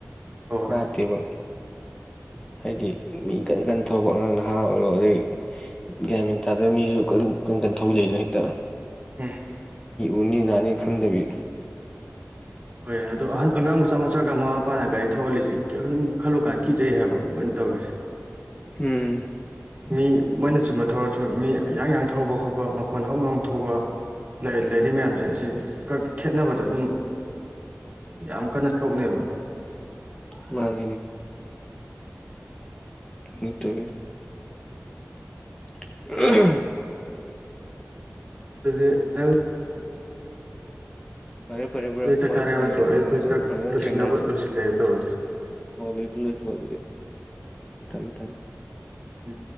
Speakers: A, on the right; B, on the left.
A: ꯍꯣꯏ
B: ꯌꯥ
A: ꯍꯣꯏ
B: ꯊꯕ ꯍꯥꯏꯗꯤ ꯃꯤ ꯀꯟ ꯀꯟ ꯊꯧꯔꯛꯄ ꯑꯉꯥꯡ ꯅꯍꯥ ꯑꯣꯏꯔꯣ ꯑꯗꯩ ꯒ꯭ꯔꯥꯃꯤꯟ ꯊꯥꯗꯕ ꯃꯤꯁꯨ ꯀ ꯀꯟ ꯀꯟ ꯊꯧꯕꯤ ꯂꯩꯏꯗꯅ ꯍꯦꯛꯇ
A: ꯎꯝ
B: ꯎꯅꯤ ꯅꯅꯤ ꯈꯪꯗꯕꯤ
A: ꯍꯣꯏ ꯑꯗꯣ ꯑꯍ ꯑꯉꯥꯡ ꯃꯆꯥ ꯃꯆꯥꯒ ꯃꯃꯥ ꯃꯄꯥꯅ ꯒꯥꯔꯤ ꯊꯧꯍꯜꯂꯤꯁꯤꯨꯝ ꯈꯜꯂꯨꯀꯥꯟ ꯀꯤꯆꯩ ꯍꯥꯏꯕ ꯑꯗꯨꯃꯥꯏꯅ ꯇꯧꯔꯤꯁꯦ
B: ꯍꯝ
A: ꯃꯤ ꯃꯣꯏꯅ ꯆꯨꯝꯕ ꯊꯧꯔꯁꯨ ꯃꯤ ꯌꯥꯌꯥꯡ ꯌꯥꯡ ꯊꯧꯕ ꯈꯣꯠꯄ ꯃꯈꯣꯟ ꯍꯧꯅ ꯍꯧꯅ ꯊꯧꯕ ꯂꯩꯔꯤ
B: ꯎꯝ
A: ꯃꯌꯥꯝꯁꯦ ꯑꯁꯤ ꯀꯛ ꯈꯦꯠꯅꯕꯗꯣ ꯑꯗꯨꯝ ꯌꯥꯝ ꯀꯟꯅ ꯁꯣꯛꯅꯦꯕ
B: ꯎꯝ ꯃꯥꯅꯤꯅꯦ ꯍ ꯇ ꯎ
A: ꯑꯗꯨ ꯅꯪ
B: ꯎꯝ ꯐꯔꯦ ꯐꯔꯦ ꯐꯔꯥ
A: ꯅꯣꯏ ꯆꯥꯛ
B: ꯃꯔꯨꯞ
A: ꯆꯥꯔꯦ ꯍꯥꯏꯕ
B: ꯍꯌꯦꯡ
A: ꯅꯠꯇ꯭ꯔꯣ ꯑꯩ ꯑꯩꯈꯣꯏ ꯆꯥꯛ
B: ꯐꯖꯅ
A: ꯂꯣꯏꯁꯤꯟꯅꯕ
B: ꯊꯦꯡꯅꯔꯁꯤꯦ
A: ꯂꯣꯏꯁꯤꯜꯂꯦ ꯇꯧꯔꯤ
B: ꯂꯣꯏꯁꯨ ꯂꯣꯏꯁꯨ ꯑꯗꯨꯗꯤ ꯊꯃ ꯊꯝ
A: ꯑ